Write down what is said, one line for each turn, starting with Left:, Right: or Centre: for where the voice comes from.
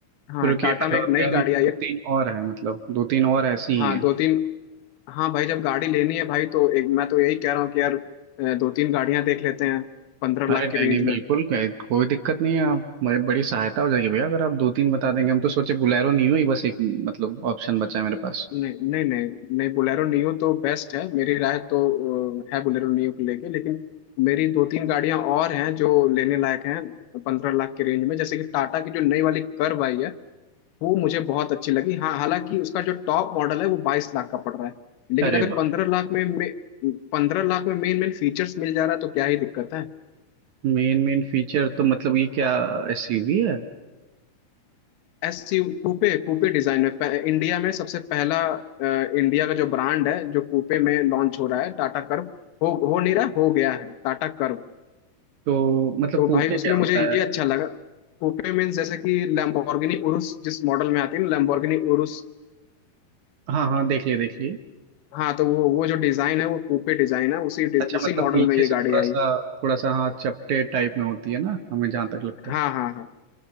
Left: हाँ
Right: रुकिए
Left: टाटा
Right: मतलब
Left: में एक
Right: आप कह
Left: नई
Right: रहे
Left: गाड़ी
Right: हैं कि
Left: आई
Right: दो
Left: है
Right: तीन और है मतलब दो तीन और ऐसी
Left: हाँ
Right: ही है
Left: दो तीन हाँ भाई जब गाड़ी लेनी है भाई तो एक मैं तो यही कह रहा हूँ कि यार अ, दो तीन गाड़ियां देख लेते हैं पंद्रह
Right: अरे
Left: लाख
Right: नहीं
Left: की रेंज
Right: नहीं
Left: में
Right: बिल्कुल कहीं- कोई दिक्कत नहीं है आप मेरी बड़ी सहायता हो जाएगी भैया अगर आप दो तीन बता देंगे हम तो सोचे बुलेरो नहीं हुई बस एक मतलब ऑप्शन बचा है मेरे पास
Left: नहीं नहीं नहीं नहीं बोलेरो नियो तो बेस्ट है मेरी राय तो अ, है बोलेरो नियो को लेके लेकिन मेरी दो तीन गाड़ियां और हैं जो लेने लायक हैं पंद्रह लाख के रेंज में जैसे कि टाटा की जो नई वाली कर्व आई है वो मुझे बहुत अच्छी लगी हाँ हालांकि उसका जो टॉप मॉडल है वो बाईस लाख का पड़ रहा है लेकिन
Right: अरे
Left: अगर
Right: वाह
Left: पंद्रह लाख में पंद्रह लाख में मेन मेन फीचर्स मिल जा रहा है तो क्या ही दिक्कत है
Right: मेन मेन फीचर तो मतलब ये क्या एसयूवी है
Left: एसयू कूपे कूपे डिजाइन में पह- इंडिया में सबसे पहला अ, इंडिया का जो ब्रांड है जो कूपे में लॉन्च हो रहा है टाटा कर्व हो हो नहीं रहा हो गया है टाटा कर्व
Right: तो मतलब
Left: तो
Right: कूपे
Left: भाई उसमें
Right: क्या होता
Left: मुझे ये
Right: है
Left: अच्छा लगा कूपे मीन्स जैसे कि लैम्बोर्गिनी उरुस जिस मॉडल में आती है ना लैम्बोर्गिनी उरुस
Right: हाँ हाँ देख लिए देख लिए
Left: हाँ तो वो वो जो डिजाइन है वो कूपे डिजाइन है उसी डिज-
Right: अच्छा
Left: उसी
Right: मतलब
Left: मॉडल
Right: पीछे
Left: में ये
Right: से
Left: गाड़ी
Right: थोड़ा
Left: आई
Right: सा थोड़ा सा हाँ चपटे टाइप में होती है ना हमें जहाँ तक लगता
Left: हाँ
Right: है
Left: हाँ हाँ